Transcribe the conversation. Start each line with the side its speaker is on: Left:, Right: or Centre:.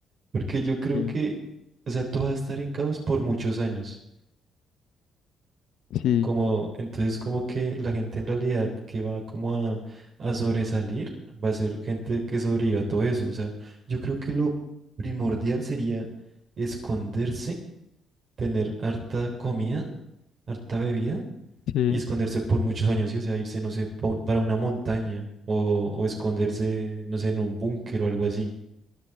Right: Porque yo creo
Left: Sí,
Right: que, o sea, todo va a estar en caos por muchos años.
Left: sí,
Right: Como, entonces, como que la gente en realidad que va como a, a sobresalir, va a ser gente que sobreviva a todo eso. O sea, yo creo que lo primordial sería esconderse, tener harta comida, harta bebida
Left: sí.
Right: Y esconderse por muchos años, ¿sí? O sea, irse, no sé, pa un- para una montaña o, o esconderse, no sé, en un búnker o algo así.